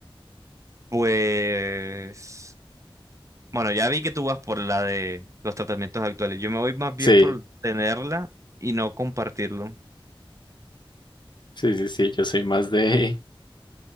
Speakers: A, on the right; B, on the left.
A: Pues... Bueno, ya vi que tú vas por la de los tratamientos actuales. Yo me voy más bien
B: Sí,
A: por tenerla y no compartirlo.
B: sí, sí, sí, yo soy más de... <laughs>